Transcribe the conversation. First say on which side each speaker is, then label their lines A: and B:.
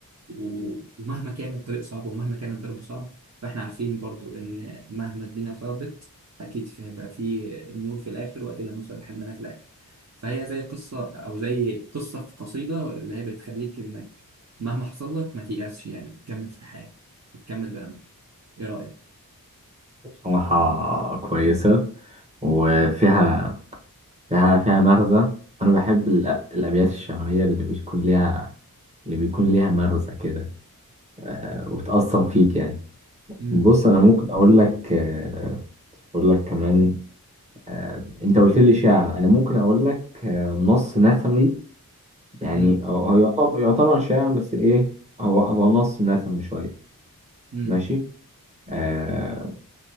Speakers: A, on the right (about 45°); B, on the right (about 20°).
A: و- ومهما كان الطريق صعب ومهما كان الضرب صعب فاحنا عارفين برضو إن مهما الدنيا صعبت أكيد في هيبقى في نور في الآخر وأكيد هنوصل لحلمنا في الآخر فهي زي قصة أو زي قصة في قصيدة اللي هي بتخليك إنك مهما حصل لك ما تيأسش يعني تكمل في الحياة وتكمل بأمل إيه رأيك؟
B: بصراحة كويسة وفيها فيها فيها مغزى أنا بحب الأ- الأبيات الشعرية اللي بيكون ليها اللي بيكون ليها مغزى كده آه، وتأثر فيك يعني
A: مم.
B: بص أنا ممكن أقول لك آه، أقول لك كمان آه، أنت قلت لي شعر أنا ممكن أقول لك آه، نص نثري يعني
A: مم.
B: هو هو يعتبر يعتبر شعر بس إيه هو هو نص نثري شوية
A: مم.
B: ماشي آه،